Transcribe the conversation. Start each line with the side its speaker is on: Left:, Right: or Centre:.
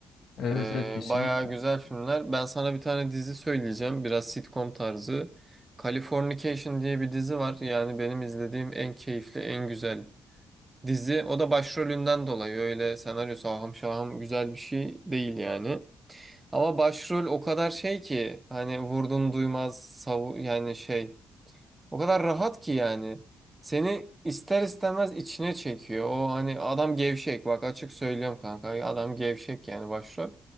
Left: Evet
Right: Ee,
Left: evet kesinlikle.
Right: bayağı güzel filmler. Ben sana bir tane dizi söyleyeceğim. Biraz sitcom tarzı. Californication diye bir dizi var. Yani benim izlediğim en keyifli, en güzel dizi. O da başrolünden dolayı. Öyle senaryosu ahım şahım güzel bir şey değil yani. Ama başrol o kadar şey ki hani vurdum duymaz savu yani şey o kadar rahat ki yani. Seni ister istemez içine çekiyor. O hani adam gevşek. Bak açık söylüyorum kanka. Adam gevşek yani başrol.